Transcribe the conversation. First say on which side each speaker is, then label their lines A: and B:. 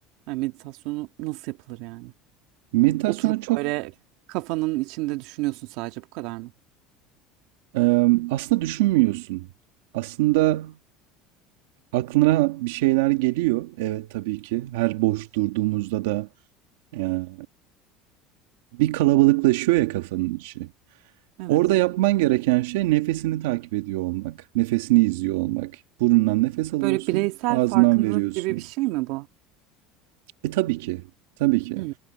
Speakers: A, on the right; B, on the right.
A: yani meditasyonu nasıl yapılır yani?
B: Meditasyona
A: Oturup
B: çok
A: böyle kafanın içinde düşünüyorsun sadece bu kadar mı?
B: e, aslında düşünmüyorsun. Aslında aklına bir şeyler geliyor. Evet tabii ki. Her boş durduğumuzda da e, bir kalabalıklaşıyor ya kafanın içi.
A: Evet.
B: Orada yapman gereken şey nefesini takip ediyor olmak. Nefesini izliyor olmak. Burnundan nefes alıyorsun,
A: Böyle bireysel
B: ağzından
A: farkındalık
B: veriyorsun.
A: gibi bir şey mi bu?
B: E tabii ki, tabii ki.
A: Hı.